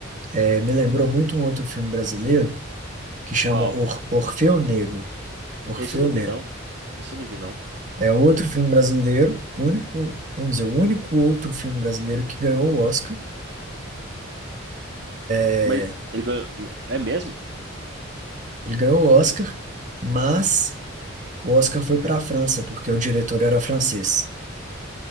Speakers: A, on the right; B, on the right.
A: É, me lembrou muito um outro filme brasileiro que chama
B: Uau.
A: Or Orfeu Negro. Orfeu
B: Esse eu não
A: Negro.
B: vi, não. Esse eu não vi, não.
A: É um outro filme brasileiro, o único, vamos dizer, o único outro filme brasileiro que ganhou o Oscar É,
B: Mas ele ganhou. É mesmo?
A: Ele ganhou o Oscar, mas o Oscar foi para a França, porque o diretor era francês.